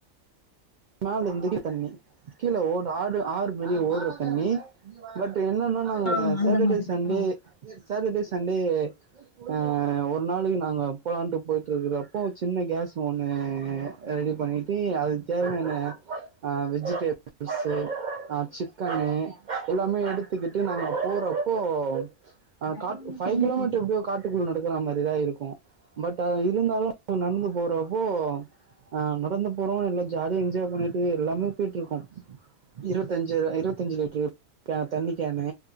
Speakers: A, on the right; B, on the left.
A: மேலந்திக்கி தண்ணி கீழ ஓட ஆறு ஆறு மேரிய ஓடற தண்ணி பட் இப்ப என்னன்னா நாங்க
B: ஆ அந்த
A: சேட்டர்டே
B: மாதிரி
A: சண்டே
B: ஆ
A: சேட்டர்டே சண் டே அ ஒரு நாளைக்கி நாங்க போலான்ட்டு போயிட்ருக்கரப்போ சின்ன கேஸ் ஒன்னு ரெடி பண்ணிட்டு அது தேவையான அ வெஜிடபுள்ஸு அ சிக்கனு எல்லாமே எடுத்துக்கிட்டு நாங்க போறப்போ அ
B: பேக்ரவுண்ட்ல
A: கா ஃபை
B: சவுண்டு
A: கிலோமீட்டர்
B: கேக்குது
A: எப்டியோ காட்டுக்குள்ள நடக்கறா மாரிதா இருக்கூ பட் டு அது இருந்தாலு நடந்து போறப்போ அ நடந்து போறோ இல்ல ஜ் ஜாலி என்ஜாய் பண்ணிட்டு எல்லாமே போயிட்டு இருக்கோம் இருவத்தஞ்சு இருவத்தஞ்சு லிட்ரு கேன் தண்ணி கேனு